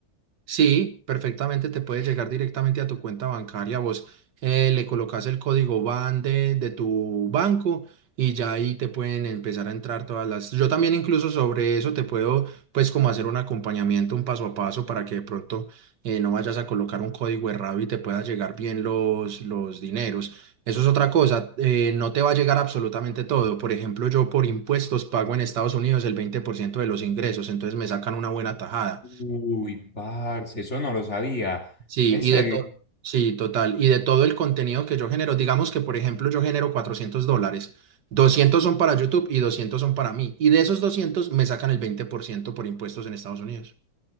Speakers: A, on the right (about 80°); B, on the left (about 40°).
A: Sí, perfectamente te puede llegar directamente a tu cuenta bancaria. Vos eh, le colocas el código BAN de, de tu banco y ya ahí te pueden empezar a entrar todas las. Yo también incluso sobre eso te puedo pues como hacer un acompañamiento, un paso a paso para que de pronto eh, no vayas a colocar un código errado y te pueda llegar bien los, los dineros. Eso es otra cosa, eh, no te va a llegar absolutamente todo. Por ejemplo, yo por impuestos pago en Estados Unidos el 20% de los ingresos, entonces me sacan una buena tajada.
B: Uy, parce, eso no lo sabía.
A: Sí,
B: En
A: y
B: serio.
A: de todo, sí, total. Y de todo el contenido que yo genero, digamos que, por ejemplo, yo genero 400 dólares, 200 son para YouTube y 200 son para mí. Y de esos 200 me sacan el veinte por ciento por impuestos en Estados Unidos.